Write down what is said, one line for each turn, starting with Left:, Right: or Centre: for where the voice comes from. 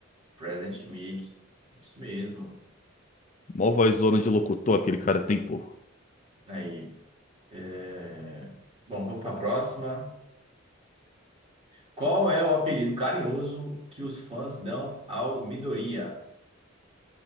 Right: Present Mic. É isso mesmo.
Left: Mó vozona de locutor aquele cara tem, pô.
Right: Aí. é, Bom, vamos para a próxima. Qual é o apelido carinhoso que os fãs dão ao Midoriya?